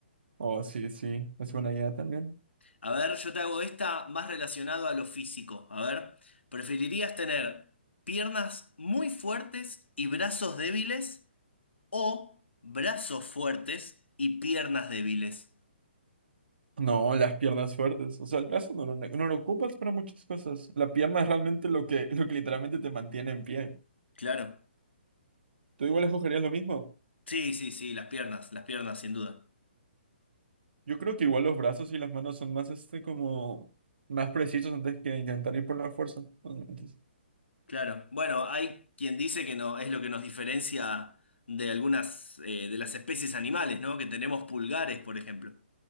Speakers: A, on the right; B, on the left.
A: O sí, sí, es buena idea también.
B: A ver, yo te hago esta más relacionado a lo físico. A ver, ¿preferirías tener piernas muy fuertes y brazos débiles o brazos fuertes y piernas débiles?
A: No, las piernas fuertes. O sea, el brazo no lo, ne- no lo ocupas para muchas cosas. La pierna es realmente lo que, <laughs> lo que literalmente te mantiene en pie.
B: Claro.
A: ¿Tú igual escogerías lo mismo?
B: Sí, sí, sí, las piernas, las piernas, sin duda.
A: Yo creo que igual los brazos y las manos son más, este, como, más precisos antes que intentar ir por la fuerza. Entonces,
B: Claro, bueno, hay quien dice que no es lo que nos diferencia de algunas eh, de las especies animales, ¿no? Que tenemos pulgares, por ejemplo.